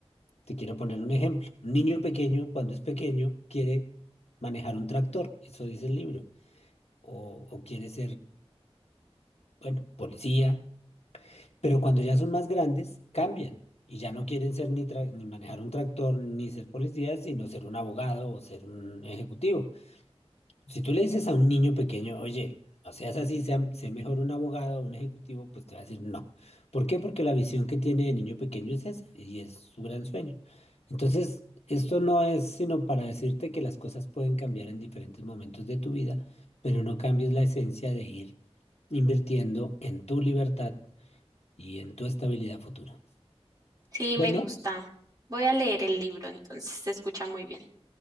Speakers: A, on the left; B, on the right.
A: Te quiero poner un ejemplo. Un niño pequeño, cuando es pequeño, quiere manejar un tractor, eso dice el libro, o, o quiere ser, bueno, policía, Pero cuando ya son más grandes, cambian y ya no quieren ser ni, tra- ni manejar un tractor ni ser policías, sino ser un abogado o ser un ejecutivo. Si tú le dices a un niño pequeño, oye, no seas así, sea, sé mejor un abogado o un ejecutivo, pues te va a decir no. ¿Por qué? Porque la visión que tiene de niño pequeño es esa y es su gran sueño. Entonces, esto no es sino para decirte que las cosas pueden cambiar en diferentes momentos de tu vida, pero no cambies la esencia de ir invirtiendo en tu libertad y en tu estabilidad futura.
B: Sí,
A: Bueno,
B: me gusta. Voy a leer el libro, entonces se escucha muy bien.